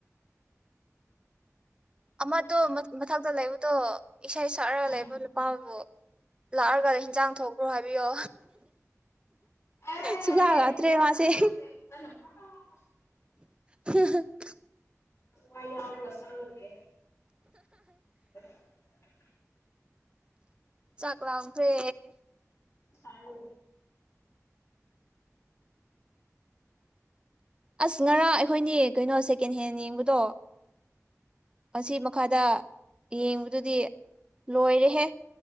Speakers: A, on the right (about 20°); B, on the left (about 60°).
A: ꯑꯃꯗꯣ ꯃꯊꯛꯇ ꯂꯩꯕꯗꯣ ꯏꯁꯩ ꯁꯛꯑꯒ
B: ꯎꯝ
A: ꯂꯩꯕ ꯅꯨꯄꯥꯕꯨ ꯂꯥꯛꯑꯒ ꯍꯤꯟꯖꯥꯡ ꯊꯣꯛꯈ꯭ꯔꯣ ꯍꯥꯏꯕꯤꯌꯣ
B: ꯑꯦ
A: ꯁꯨꯂꯥꯛ ꯂꯥꯛꯇꯔꯦ
B: ꯐꯖꯅ
A: ꯃꯥꯁꯦ
B: <unintelligible>
A: <inaudible>
B: ꯃ ꯌꯥꯎꯔꯒ ꯁꯥ ꯉꯝꯗ꯭ꯔꯦ <inaudible>
A: ꯆꯥꯛ ꯂꯥꯝꯈ꯭ꯔꯦ
B: ꯑ ꯔꯣ
A: ꯑꯁ ꯉꯔꯥꯡ ꯑꯩꯈꯣꯏꯅꯤ ꯀꯩꯅꯣ ꯁꯦꯀꯦꯟ ꯍꯦꯟ ꯌꯦꯡꯕꯗꯣ ꯑꯁꯤ ꯃꯈꯥꯗ ꯌꯦꯡꯕꯗꯨꯗꯤ ꯂꯣꯏꯔꯦꯍꯦ